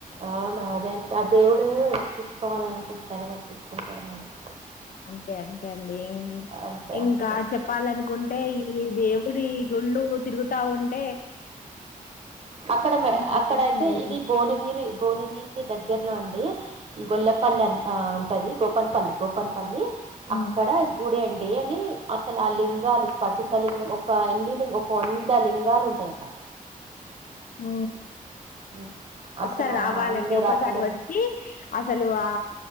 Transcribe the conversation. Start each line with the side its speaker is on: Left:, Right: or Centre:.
Right: ఆ మాదేంట అ దేవుడు తప్పించుకోవాల అంటే ఇక్కడైనా కప్పించుకుంటాడు మేడమ్
Left: అంతే అండి
Right: అంతే
Left: ఇంకా
Right: అంతే
Left: చెప్పాలనుకుంటే ఈ దేవుడి గుళ్ళు తిరుగుతా ఉంటే అ
Right: అక్కడ
Left: సంతోషం
Right: అక్కడయితే
Left: కలుగుతుంది
Right: ఇది భువనగిరి భువనగిరికి దగ్గర్లో అండి గొల్లపల్లి అ ఉంటది గోపన్పల్లి గోపన్పల్లి
Left: ఉమ్.
Right: అక్కడ గుడి అండి అది అసలు ఆ లింగాలు స్ఫటిక లింగం ఒక ఎన్ని లింగ ఒక వంద లింగాలు ఉంటాయి అక్కడ
Left: ఆ
Right: ఉమ్. అసలు
Left: ఒకసారి
Right: ఆ
Left: రావాలండి
Right: అన్ని
Left: ఒకసారి
Right: రకాల
Left: వచ్చి అసలు ఆ